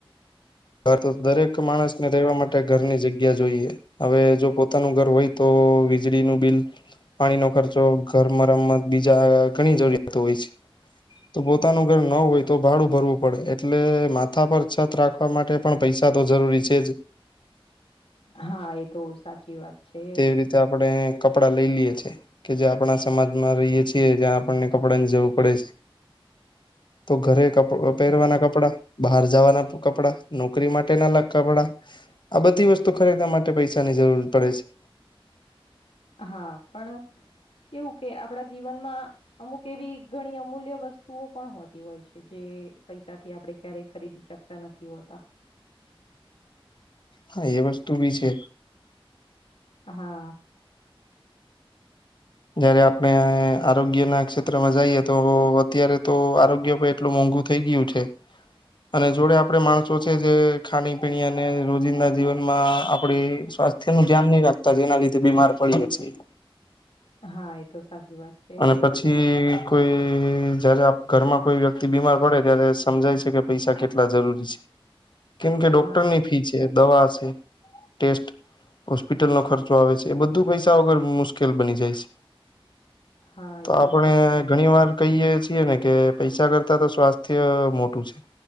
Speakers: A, on the left; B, on the left.
A: હવે તો દરેક માણસ ને રહેેવા માટે ઘરની જગ્યા જોઈએ હવે જો પોતાનું ઘર હોય તો વીજળીનું બિલ પાણીનો ખર્ચો ઘર મરમત બીજા ઘણી જરૂરિયાતો હોય છે. તો પોતાનું ઘર ન હોય તો ભાડું ભરવું પડે એટલે માથા પર છત રાખ આપવા માટે પણ પૈસા તો જરૂરી છે જ.
B: હા એ તો સાચી વાત છે.
A: તેવી રીતે આપણેે કપડા લઈ લઈએ છેીએ કે જે આપણા સમાજમાં રહીએે છીએ ત્યાં આપણને કપડા ને જવું પડે છે તો ઘરે કપ
B: હા.
A: પહેરવાના કપડા બહાર જવાના કપડા નોકરી માટે ના અલગ કપડા આ બધી વસ્તુ ખરીદવા માટે પૈસાની જરૂર પડે છે
B: હા પણ કેવું કે આપણા જીવનમાં અમુક એવી ઘણી અમૂલ્ય વસ્તુ વસ્તુઓ પણ હોતી હોય છે જે પૈસાથી આપડણે ક્યારેય ખરીદી શકતા નથી હોતા
A: હા એ વસ્તુ ભી છે
B: હા
A: જયારે આપણે આરોગ્ય ના ક્ષેત્રમાં જઈએ તો અત્યારે તો આરોગ્ય પે એટલું મોંઘુ થઇ ગયું છે અને જોડે આપડે માણસો છે જે ખાણી પીણી અને રોજિંદા જીવનમાં આપડી સ્વાસ્થ્ય નું ધ્યાન નહીં રાખતા જેના લીધે બીમાર પડીએ છીએ
B: હા એ તો સાચી વાત છે
A: અને પછી કોઈ જયારે ઘરમાં કોઈ વ્યક્તિ બીમાર પડે ત્યારે સમજાય છે કે પૈસા કેટલા જરૂરી છે કેમ કે ડોક્ટરની
B: હા
A: ફી છે જે દવા છે ટેસ્ટ હોસ્પિટલનો ખર્ચો આવે છે એ બધું પૈસા વગર મુશ્કેલ બની જાય છે
B: હા
A: તો
B: એ
A: આપણે
B: સાચી વાત
A: ઘણી
B: છે.
A: વાર કહીએ છીએ ને કે પૈસા કરતા તો સ્વાસ્થ્ય મોટું છે